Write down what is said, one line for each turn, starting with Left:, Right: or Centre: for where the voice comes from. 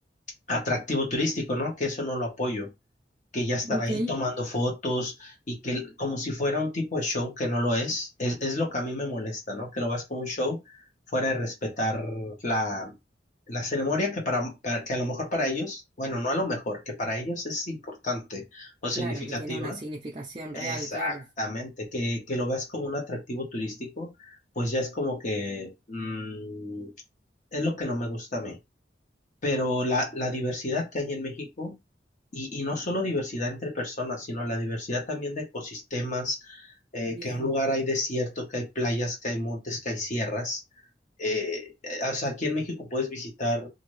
Left: atractivo turístico, ¿no? Que eso no lo apoyo que ya están
Right: Ok,
Left: ahí tomando fotos y que el- como si fuera un tipo de show que no lo es, es, es lo que a mí me molesta, ¿no? Que lo veas como un show fuera de respetar la, la ceremonia que para, para que a lo mejor para ellos, bueno, no a lo mejor, que para ellos es importante o significativa.
Right: claro, que tiene una significación
Left: Exactamente,
Right: real, claro.
Left: que, que lo veas como un atractivo turístico, pues ya es como que mm, es lo que no me gusta a mí pero la, la diversidad que hay en México, y, y no solo diversidad entre personas, sino la diversidad también de ecosistemas, eh,
Right: Bien.
Left: que en un lugar hay desierto, que hay playas, que hay montes, que hay sierras, eh, o sea, aquí en México puedes visitar,